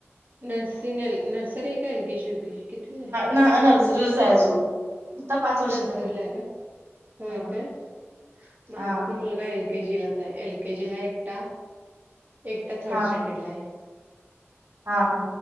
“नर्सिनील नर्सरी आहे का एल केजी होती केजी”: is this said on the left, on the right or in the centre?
Right